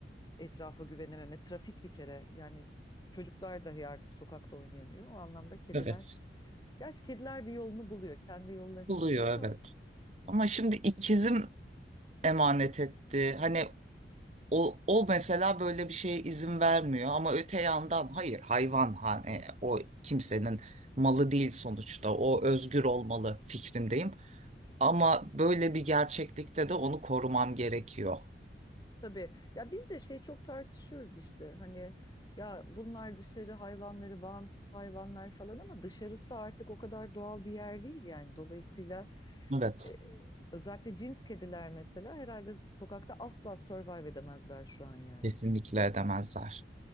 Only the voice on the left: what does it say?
etrafa güvenememe, trafik bir kere yani çocuklar dahi artık sokakta oynayamıyor. O anlamda kediler,
gerçi kediler bir yolunu buluyor, kendi yollarını
buluyor
ama
tabii ya biz de şey çok tartışıyoruz işte hani ya bunlar dışarı hayvanları, bağımsız hayvanlar falan ama dışarısı artık o kadar doğal bir yer değil yani. Dolayısıyla
e, özellikle cins kediler mesela herhalde sokakta asla survive edemezler şu an yani.